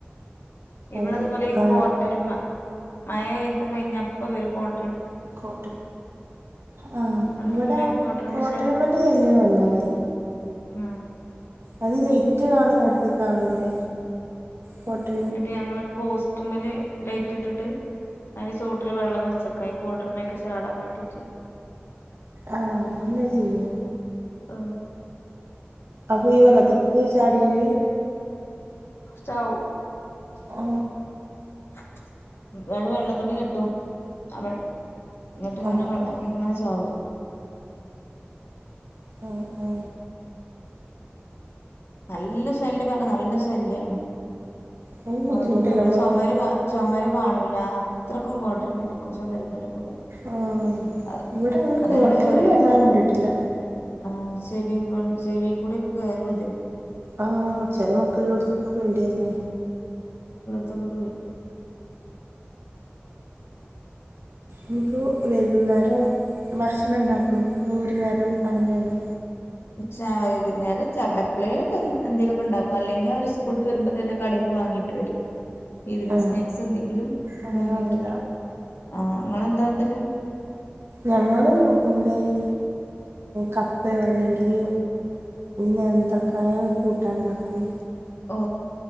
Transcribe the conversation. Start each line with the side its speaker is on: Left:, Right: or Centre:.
Left: ഇവടെ
Right: അത്
Left: അതുപോലെ
Right: ആ
Left: കോട്ടരുമ മഴ ഇത് കഴിഞ്ഞ അപ്പ വരും കോൺ
Right: കോട്ട ആ
Left: നല്ല
Right: ഇവിടെ
Left: കോട്ടരുമ
Right: കോട്ടയമന്റെ ശല്യവല്ലാതെല്ല
Left: ആ
Right: അത് ലൈറ്റ് കാണുന്നോടുത്ത് കാണ്ല്ലേ കോട്ട്
Left: ന്നട്ട് ഞങ്ങളൊരു പോസ്റ്റ് റ്റുമ്മല് ലൈറ്റ് ഇട്ടിട്ട് അതില് ചോട്ടില് വെള്ളം വെച്ചക്കാ ഈ കോട്ടർമ്മ അഴിക് ചാടാൻ വേണ്ടിട്ട്
Right: ആ അങ്ങനെ ചെയ്യാ
Left: ആ
Right: അപ്പൊ ഈ വെള്ളത്ത്ക്ക് ചാടിയാല്
Left: ചാവും
Right: ഓ
Left: <unintelligible> വെള്ളത്തുണി കെട്ടു ആ വെള്ളം ഇങ്ങിട്ട് ഇങ്ങനെ
Right: ആ ആ
Left: അഴിക് ഇങ്ങനെ ചാടും
Right: ഓ ഓ
Left: നല്ല ശല്യം പറഞ്ഞ നല്ല ശല്യാണ്
Right: അത് ബുദ്ധിമുട്ടില്ല
Left: കോട്ടർ നമ്മളെ
Right: നമ്മള്
Left: ചുമര് ചുമര് കാണൂല്ലാ അത്രക്കും കോട്ടുറുമയായിരിക്കും ചുമരിമ്മലിക്കൂടെ
Right: ആ
Left: അ
Right: ഇവിടെ ഞങ്ങൾ
Left: അത്
Right: കോട്ടരുമനെ
Left: നമ്മളീ ചെറിയ
Right: വല്ലാതെ കണ്ടിട്ടില്ല
Left: ആ ചെവി ചെവികൂടെയൊക്കെ കേറും അത്.
Right: ആ ചെല മക്കളിലോടുത്തൊക്കെ പേടിയല്ലേ
Left: തൊക്കെ പോടിയാ
Right: ഇനിപ്പോ വൈകുന്നേരം ഭക്ഷണം ഇണ്ടാക്കുന്നു ഈ ഒരു നേരം അങ്ങനെയാണ്.
Left: ച്ചായികുന്നേരം എപ്പഴേലുക്കെ എന്തേലുവൊക്കെ ഉണ്ടാക്കും അല്ലെങ്കി അവര് സ്കൂള്ട്ട് വരുമ്പോ തന്നെ കടേന്ന് വാങ്ങിട്ട് വരും. ഈവനിങ്
Right: ആ
Left: സ്നാക്സ് എന്തെങ്കിലും
Right: അങ്ങനെ
Left: വാങ്ങിയിട്ട്
Right: വാങ്ങില്ല
Left: വരും ആഹ് നിങ്ങളെന്താണ്ടല്
Right: ഞങ്ങള് ഇവിടെ ഈ കപ്പയോ അല്ലെങ്കില് നേന്ത്രക്കായാ കൂട്ടാണ്ടാക്കും
Left: ഓ